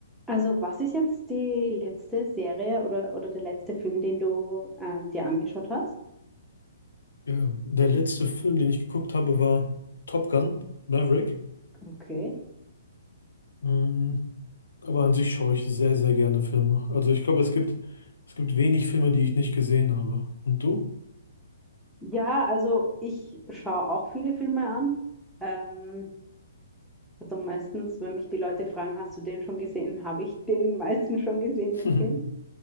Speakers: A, in the centre; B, on the left.
A: Also, was ist jetzt die letzte Serie oder, oder der letzte Film, den du ähm, dir angeschaut hast?
B: Ja, der letzte Film, den ich geguckt habe, war Top Gun, Maverick.
A: Okay.
B: Mm, Aber an sich schaue ich sehr, sehr gerne Filme. Also ich glaube, es gibt, es gibt wenig Filme, die ich nicht gesehen habe. Und du?
A: Ja, also ich schaue auch viele Filme an. Ähm, also meistens, wenn mich die Leute fragen, hast du den schon gesehen, habe ich den meisten schon gesehen,
B: <laughs>
A: den Film.